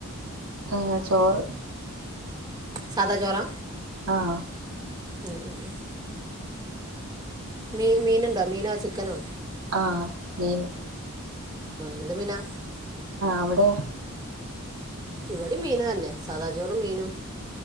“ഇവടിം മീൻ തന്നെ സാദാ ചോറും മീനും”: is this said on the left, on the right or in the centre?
Right